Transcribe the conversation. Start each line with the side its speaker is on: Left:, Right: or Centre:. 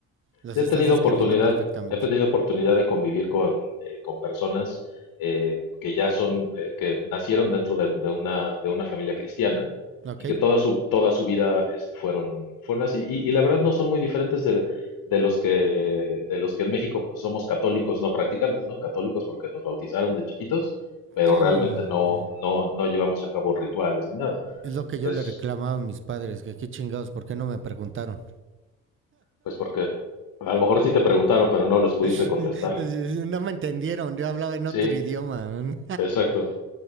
Right: Los
Left: He
Right: estás
Left: tenido
Right: describiendo
Left: oportunidad,
Right: perfectamente.
Left: he tenido oportunidad de convivir con, eh, con personas eh, que ya son, eh, que nacieron dentro de, de una, de una familia cristiana
Right: ¿Ok?
Left: y que toda su, toda su vida este, fueron, fueron así. Y, y la verdad no son muy diferentes de, de los que, de los que en México pues, somos católicos no practicantes, ¿no? Católicos porque nos bautizaron de chiquitos, pero
Right: Sí,
Left: realmente
Right: no, no,
Left: no,
Right: sí.
Left: no, no llevamos a cabo rituales ni nada.
Right: Es lo que yo
Left: Es,
Right: le reclamaba a mis padres, que qué chingados, ¿por qué no me preguntaron?
Left: pues porque a lo mejor sí te preguntaron, pero no les pudiste
Right: <laughs>
Left: contestar.
Right: No me entendieron, yo hablaba en
Left: Sí,
Right: otro idioma. ¿no?
Left: exacto.